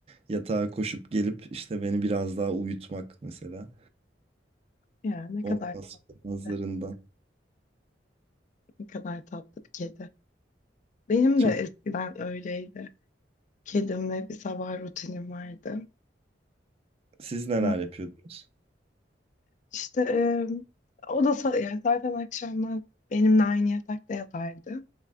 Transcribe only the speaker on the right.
yatağa koşup gelip işte beni biraz daha uyutmak mesela.
Olmaz
olmazlarından.
Çok
siz neler
yapıyordunuz?